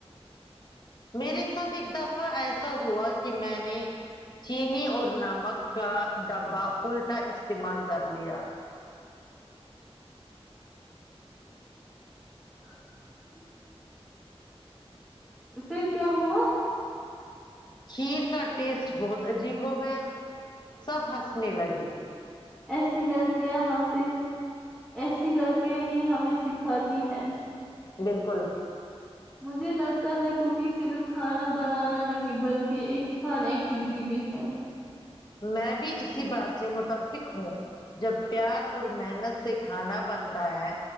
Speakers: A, on the left; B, in the centre.
A: میرے ساتھ ایک دفعہ ایسا ہوا کہ میں نے چینی اور نمک کا ڈبہ الٹا استعمال کر لیا
B: <inaudible> پھر کیا ہوا
A: کھیر کا ٹیسٹ بہت عجیب ہو گیا سب ہنسنے لگے
B: ایسی غلطیاں ہم سے ایسی غلطیاں ہی ہمیں سکھاتی ہے
A: بالکل
B: مجھے لگتا ہے کوکنگ صرف کھانا بنانا نہیں بلکہ ایک فن ایکٹیویٹی بھی ہے
A: میں بھی اسی بات سے متفق ہوں جب پیار اور محنت سے کھانا بنتا ہے